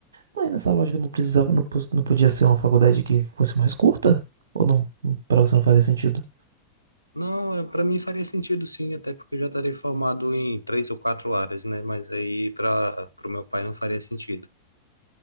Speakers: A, on the right; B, on the right.
A: Mas nessa lógica não precisava, não, pos- não podia ser uma faculdade que fosse mais curta? Ou não? Pra você não fazer sentido.
B: Não, para mim faria sentido sim, até porque eu já estarei formado em três ou quatro áreas, né? Mas aí para o meu pai não faria sentido.